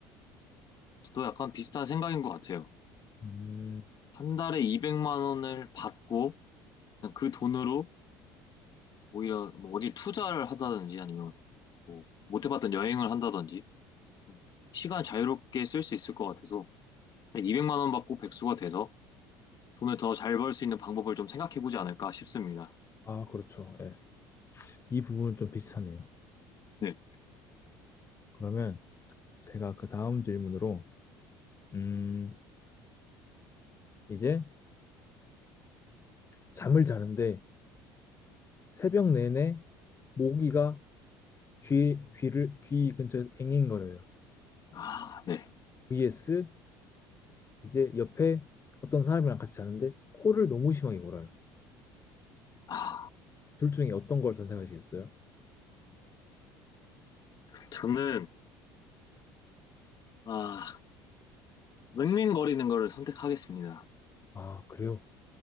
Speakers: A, on the left; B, on the left.
A: 저도 약간 비슷한 생각인 것 같아요.
B: 음,
A: 한 달에 200만 원을 받고 그냥 그 돈으로 오히려 뭐 어디 투자를 하다든지 아니면 뭐 못 해봤던 여행을 한다든지 좀 시간 자유롭게 쓸 수 있을 것 같아서 200만 원 받고 백수가 돼서 돈을 더 잘 벌 수 있는 방법을 좀 생각해보지 않을까 싶습니다.
B: 아, 그렇죠. 예. 이 부분은 좀 비슷하네요.
A: 네.
B: 그러면 제가 그 다음 질문으로, 음, 이제 잠을 자는데 새벽 내내 모기가 귀, 귀를, 귀 근처에서 앵앵거려요.
A: 아, 네.
B: vs 이제 옆에 어떤 사람이랑 같이 자는데 코를 너무 심하게 골아요.
A: 아,
B: 둘 중에 어떤 걸 선택하시겠어요?
A: 저는, 아, 맹맹거리는 거를 선택하겠습니다.
B: 아, 그래요?